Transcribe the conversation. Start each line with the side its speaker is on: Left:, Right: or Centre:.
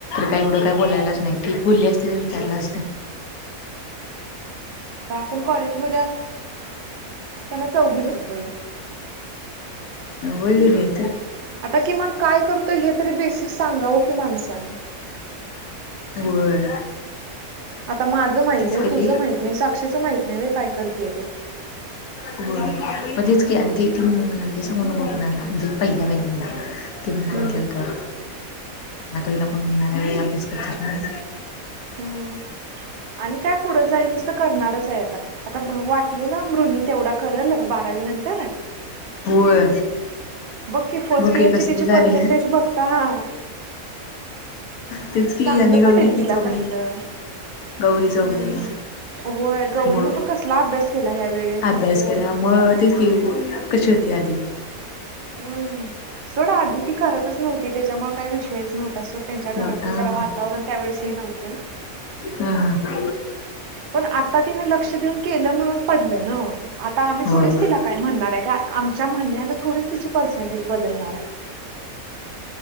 Left: का एवढं काय बोलायलाच नाही ती भुली असते विचारला असते
Right: पण कॉलेज म असताना चौघी सारख
Left: होन येत
Right: आता किमान काय करतो हे तरी बेसिक सांगावं की माणसानी
Left: होय
Right: आता माझं माहित
Left: तस
Right: नाही
Left: कध
Right: तुझं माहित नाही साक्षीचं माहित नाही व्हय काय करतेय ते
Left: हो मग तेच क आणि तेथी म्ह म्हणाला ते सांगू नको कणाला म्हणजे पहिल्या पहिल्यांना तिने सांगितलेलं
Right: हम्म
Left: तो मग तुला कोण म्हणणार आहे अभ्यास करत म्ह
Right: हम्म आणि काय पुढं जाईल तस करणारच आहे आता आता वाटले ना मृनी तेवढा करेल बारावी नंतर
Left: होय
Right: बघ फर्स्ट
Left: बग
Right: इयर
Left: की कसली
Right: ची तिची
Left: झाली
Right: पर्सेंटेज बघता हा
Left: तेच कि
Right: चांगलं
Left: यांनी
Right: पडेल
Left: गौरी ती
Right: तिला
Left: चोगली
Right: कसलं
Left: गौरी चोगूले
Right: हम्म होय गौरीनं
Left: म
Right: पण कसला अभ्यास केला ह्या वेळेस
Left: अभ्यास केला म तेच की कशी होती आदी
Right: हम्म सोडा आधी ती करतच नव्हती त्याच्यामुळे काय विषयच नव्हता सोड त्यांच्या घरातलं
Left: नव्हत हा
Right: जरा वातावरण त्यावेेळेस हे नव्हतं
Left: हा हा
Right: पण आता ति लक्ष देऊन केलं म्हणून पडलं न आता आम्ही
Left: होय
Right: थोडी तिला का म्हणणार आहे काय आम्ही आमच्या म्हणण्याने थोडीच तिची पर्सेंटेज बदलणार आहे